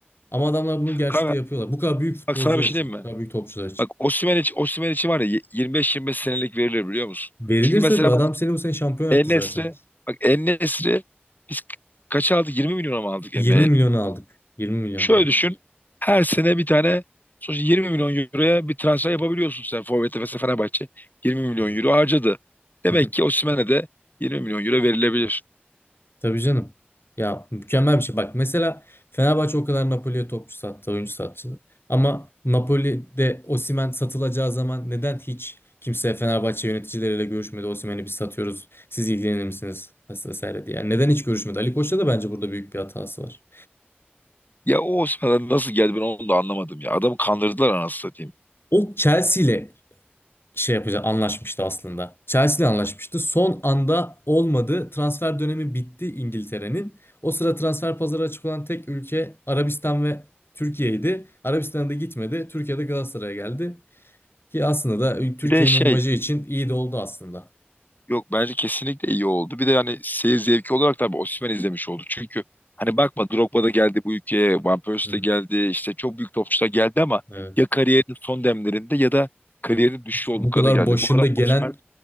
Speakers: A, on the left (about 70°); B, on the left (about 45°).
A: Ama adamlar bunu gerçekte
B: Kanka
A: yapıyorlar. Bu kadar büyük futbolcular
B: bak sana bir şey
A: için,
B: diyeyim mi?
A: bu kadar büyük topçular için.
B: Bak Osimhen için, Osimhen için var ya 25-25 senelik verilir biliyor musun?
A: Verilir
B: Çünkü mesela
A: tabii. Adam
B: bak
A: seni bu sene şampiyon
B: En-Nesyri
A: yaptı zaten.
B: bak En-Nesyri biz kaça aldık? 20 milyona mı aldık
A: 20
B: en
A: milyonu aldık. 20 milyonu
B: Şöyle
A: aldık.
B: düşün. Her sene bir tane sonuçta 20 milyon euroya bir transfer yapabiliyorsun sen Forvet'e mesela Fenerbahçe 20 milyon
A: Hı hı.
B: euro harcadı. Demek
A: Hı hı.
B: ki Osimhen'e de 20 milyon euro verilebilir.
A: Tabii canım. Ya mükemmel bir şey. Bak mesela Fenerbahçe o kadar Napoli'ye topçu sattı, oyuncu sattı. Ama Napoli'de Osimhen satılacağı zaman neden hiç kimse Fenerbahçe yöneticileriyle görüşmedi? Osimhen'i biz satıyoruz. Siz ilgilenir misiniz? Ves- Vesaire diye. Yani neden hiç görüşmedi? Ali Koç'ta da bence burada büyük bir hatası var.
B: Ya o Osimhen'e nasıl geldi ben onu da anlamadım ya. Adamı kandırdılar anasını satayım.
A: O Chelsea ile şey yapacak anlaşmıştı aslında. Chelsea ile anlaşmıştı. Son anda olmadı. Transfer dönemi bitti İngiltere'nin. O sıra transfer pazarı açık olan tek ülke Arabistan ve Türkiye'ydi. Arabistan'a da gitmedi. Türkiye'de Galatasaray'a geldi. Ki aslında da Türkiye'nin
B: Bir de şey
A: imajı için iyi de oldu aslında.
B: yok bence kesinlikle iyi oldu. Bir de hani seyir zevki olarak tabii Osimhen izlemiş oldu. Çünkü hani bakma Drogba da geldi bu ülkeye, Van Persie
A: Hı hı.
B: de geldi, işte çok büyük topçular geldi ama
A: Evet.
B: ya kariyerinin son demlerinde ya da kariyerinin düşüşü
A: Hiç
B: olduklarına
A: bu kadar
B: geldi.
A: başında
B: Bu adam
A: gelen
B: Osimhen